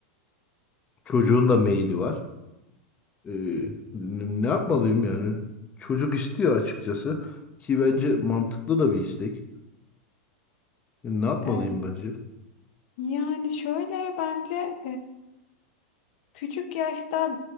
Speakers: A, on the left; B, on the left.
A: Çocuğun
B: Hı hı.
A: da meyili var. Ee, n- ne yapmalıyım yani? Çocuk istiyor açıkçası. Ki bence mantıklı da bir istek. E, Ne yapmalıyım
B: E,
A: bence?
B: yani şöyle bence Küçük yaşta